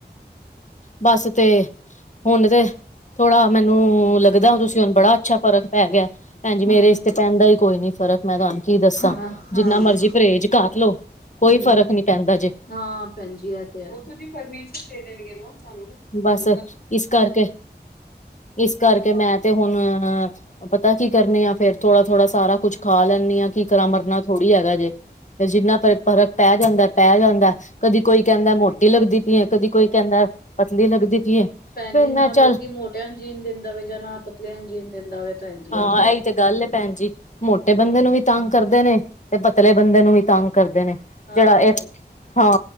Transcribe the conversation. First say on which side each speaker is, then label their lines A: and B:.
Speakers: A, on the left; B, on the left.
A: ਬਸ ਤੇ ਹੁਣ ਤੇ ਥੋੜਾ ਮੈਨੂੰ ਲੱਗਦਾ ਹਾਂ ਤੁਸੀਂ ਹੁਣ ਬੜਾ ਅੱਛਾ ਫਰਕ ਪੈ ਗਿਆ। ਪੈਣਜੀ ਮੇਰੇ
B: ਹਾਂ
A: ਚ ਪੈਣ ਦਾ ਹੀ ਕੋਈ ਨਹੀਂ ਫਰਕ। ਮੈਂ ਤੁਹਾਨੂੰ ਕੀ ਦੱਸਾਂ।
B: ਹਾਂ
A: ਜਿੰਨਾ
B: ਹਾਂ
A: ਮਰਜ਼ੀ ਪਰਹੇਜ਼ ਕਰ ਲੋ ਕੋਈ
B: ਹੂੰ
A: ਫ਼ਰਕ ਨੀ ਪੈਂਦਾ ਜੇ।
B: ਹਾਂ ਪੈਣ ਜੀ ਇਹ ਤੇ ਹੈ ਫਰਨਿਚਰ ਦੇਣ ਦੇਗੇ ਨਾ ਸਾਨੂੰ। ਹੂੰ
A: ਬਸ ਇਸ ਕਰਕੇ ਇਸ ਕਰਕੇ ਮੈਂ
B: <unintelligible>
A: ਤੇ ਹੁਣ ਅ ਪਤਾ ਕੀ ਕਰਨੇ ਆ, ਫੇਰ ਥੋੜਾ-ਥੋੜਾ ਸਾਰਾ ਕੁੱਛ। ਖਾ ਲੈਂਣੀ ਹਾਂ ਕਿ ਕਰਾ ਮਰਨਾ ਥੋੜੀ ਹੈਗਾ ਜੇ ਫਿਰ ਜਿੰਨਾ ਪਏ- ਫਰਕ ਪੈ ਜਾਂਦਾ ਪੈ ਜਾਂਦਾ। ਕਦੀ ਕੋਈ ਕਹਿੰਦਾ ਮੋਟੀ ਲੱਗਦੀ ਪਈ ਏ ਕਦੀ ਕੋਈ ਕਹਿੰਦਾ ਪਤਲੀ ਲੱਗਦੀ ਪਈ ਹੈ
B: ਪੈਣਜੀ
A: ਫੇਰ ਮੈਂ
B: ਨਾ
A: ਚੱਲ
B: ਲੋਕੀ ਮੋਟਿਆਂ ਨੂੰ ਜੀਣ ਦਿੰਦਾ ਵੇ। ਜਾਂ ਨਾ ਪਤਲਿਆਂ ਨੂੰ ਜੀਣ ਦਿੰਦਾ ਵੇ। ਭੈਣ ਜੀ
A: ਹਾਂ
B: ਅੱਜ ਕੱਲ।
A: ਇਹੀ ਤੇ ਗੱਲ ਹੈ ਪੈਣਜੀ। ਮੋਟੇ ਬੰਦੇ ਨੂੰ ਵੀ ਤੰਗ ਕਰਦੇ ਨੇ- ਤੇ ਪਤਲੇ ਬੰਦੇ ਨੂੰ ਵੀ ਤੰਗ ਕਰਦੇ ਨੇ।
B: ਹਾਂ
A: ਜਿਹੜਾ ਇਹ
B: ਭੈਣ
A: ਹਾਂ